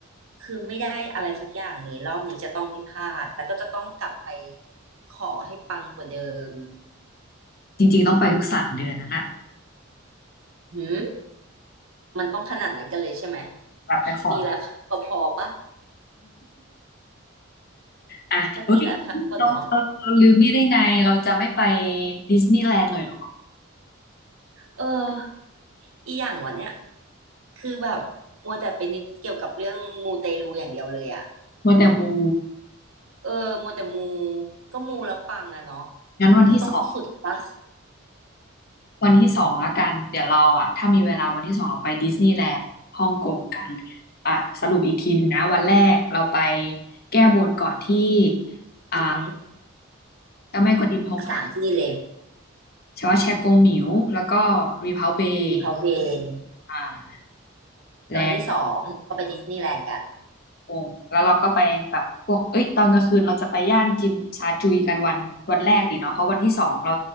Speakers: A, on the right (about 80°); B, on the left (about 45°).
A: คือไม่ได้อะไรสักอย่างเลยรอบนี้จะต้องไม่พลาดแล้วก็จะต้องกลับไปขอให้ปังกว่าเดิม
B: จริงๆต้องไปทุกสามเดือนนั้นอะ
A: หืมมันต้องขนาดนั้นกันเลยใช่ไหม
B: แบบไปขอก่อน
A: ปีละครั้งก็พอปะ
B: อะเฮ้ย
A: ถ้าปีละครั้งก่อนเนาะ
B: เราเราเราลืมนี่ได้ไงเราจะไม่ไปดิสนีย์แลนด์เลยเหรอ
A: เอออีอย่างวะเนี่ยคือแบบมัวแต่ไปนึกเกี่ยวกับเรื่องมูเตลูอย่างเดียวเลยอ่ะ
B: มัวแต่มู
A: เออมัวแต่มูก็มูแล้วปังอะเนาะ
B: งั้นวันที่สอง
A: ก็ต้องสุดปะ
B: วันที่สองละกันเดี๋ยวเราอะถ้ามีเวลาวันที่สองเราไปดิสนีย์แลนด์ฮ่องกงกันอ่ะสรุปอีกทีหนึ่งนะวันแรกเราไปแก้บนก่อนที่อ่า
A: อื
B: เจ้าแม่กวนอิมพง
A: สามที่เลย
B: ชาวาแชกงหมิวแล้วก็รีเพาเบย์
A: ดีพาวเวย์
B: อ่า
A: แล้ววันที่สองก็ไปดิสนีย์แลนด์กัน
B: แล้วก็กงแล้วเราก็ไปแบบพวกเอ้ยตอนกลางคืนเราจะไปย่านจิมซาจุยกันวันวันแรกดีเนาะเพราะวันที่สองเรา